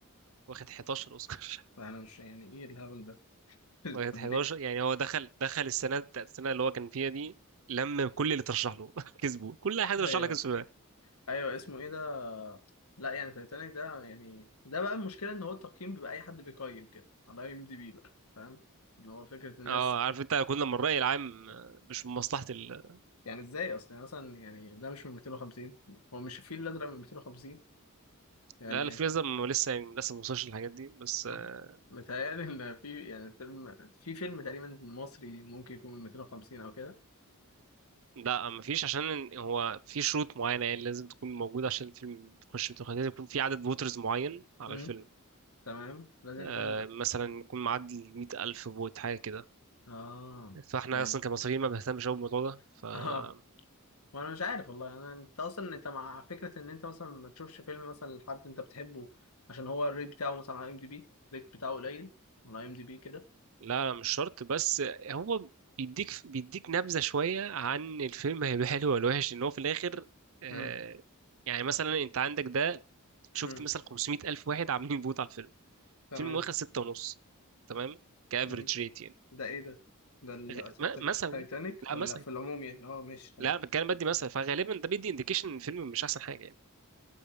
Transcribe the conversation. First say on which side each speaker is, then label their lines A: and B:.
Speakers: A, on the right; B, on the left.
A: واخد 11 اوسكار
B: يعني مش يعني ايه الهبل ده؟
A: <laughs> واخد
B: <laughs> طب
A: 11
B: ليه؟
A: يعني هو دخل دخل السنة بتاعت السنة اللي هو كان فيها دي لم كل اللي ترشح له <laughs> كسبه كل حاجة
B: ايوه
A: ترشح لك كسبوها
B: ايوه اسمه ايه ده؟ لا يعني تايتانيك ده يعني ده بقى المشكلة ان هو التقييم بيبقى اي حد بيقيم كده على اي ام دي بي بقى فاهم؟ اللي هو فكرة الناس
A: اه عارف انت كل لما الرأي العام آه، مش من مصلحة ال...
B: يعني ازاي اصلا يعني مثلا يعني ده مش من 250 هو مش الفيل الازرق من 250 يعني
A: لا لا في لسه لسه يعني لسه ما وصلش للحاجات دي بس آه،
B: أه. متهيألي إن في يعني فيلم في فيلم تقريبا مصري ممكن يكون من 250 أو كده
A: لا مفيش عشان هو في شروط معينة يعني لازم تكون موجودة عشان الفيلم تخش في التقييم. لازم يكون في عدد فوترز معين على
B: امم
A: الفيلم
B: تمام لازم
A: آه
B: يكون ال-
A: مثلا يكون معدي مئة ألف فوت حاجة كده
B: آه
A: فاحنا
B: فاهم
A: أصلا كمصريين ما بنهتمش أوي بالموضوع ده فلا
B: <laughs> آه وأنا مش عارف والله أنا أنت أصلا أنت مع فكرة إن أنت مثلا ما تشوفش فيلم مثلا لحد أنت بتحبه عشان هو الريت بتاعه مثلا على أي إم دي بي الريت بتاعه قليل على أي إم دي بي كده
A: لا مش شرط بس هو بيديك بيديك نبذة شوية عن الفيلم هيبقى حلو ولا وحش إن هو في الآخر آه
B: امم
A: يعني مثلا أنت عندك ده شفت
B: امم
A: مثلا 500 ألف واحد عاملين فوت على الفيلم
B: تمام
A: الفيلم واخد ستة ونص تمام كافريج
B: امم
A: ريت
B: ده إيه ده؟ ده
A: غ... ما-
B: التايتانيك
A: مثلا يعني.
B: ولا
A: لا مثلا
B: في العموم يعني آه ماشي تمام
A: لا بتكلم بدي مثلا فغالبا ده بيدي انديكيشن ان الفيلم مش احسن حاجه يعني